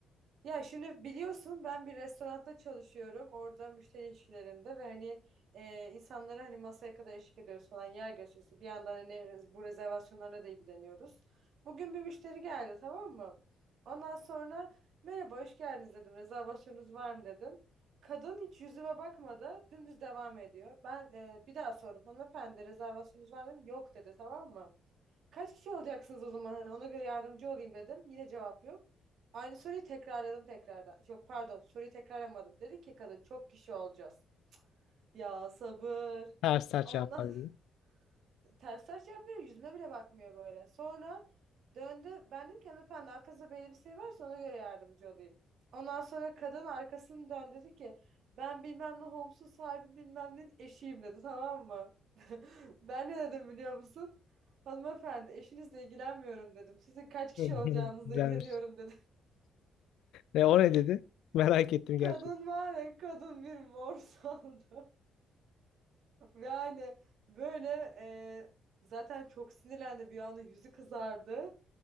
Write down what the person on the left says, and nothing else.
Ters ters
cevaplar veriyor.
<laughs>
Güzelmiş.
Ne o ne dedi? Merak
ettim
gerçekten.